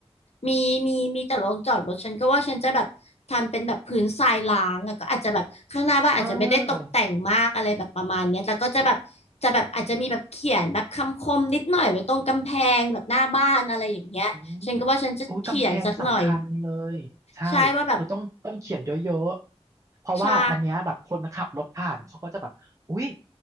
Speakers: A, on the left; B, on the right.
A: มีมีมีแต่โรงจอดรถฉันก็ว่าฉันจะแบบทำเป็นแบบพื้นทรายล้างอะก็อาจจะแบบข้างหน้าบ้านอาจจะไม่ได้ตกแต่งมากอะไรแบบประมาณเนี้ยแล้วก็จะแบบจะแบบอาจจะมีแบบเขียนแบบคำคมนิดหน่อยไว้ตรงกำแพงแบบหน้าบ้านอะไรอย่างเงี้ยฉันก็ว่าฉันจะเขียนสักหน่อย
B: เอออุ้ยโอ้ยกำแพงสำคัญเลยใช่เธอต้องต้องเขียนเยอะๆ
A: ใช่ว่าแบบ
B: เพราะว่าอันเนี้ยแบบคนขับรถผ่านเขาก็จะแบบอุ๊ย
A: ใช่